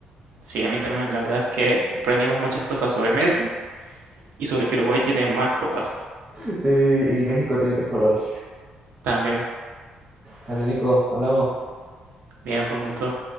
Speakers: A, on the right (about 75°); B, on the right (about 20°).
A: Sí, a mí también la verdad es que aprendimos muchas cosas sobre Messi y sobre que Uruguay tiene más copas.
B: <laughs> Sí, y México tiene tres colores.
A: También,
B: Vale, Nico, hablamos.
A: bien, fue un gusto.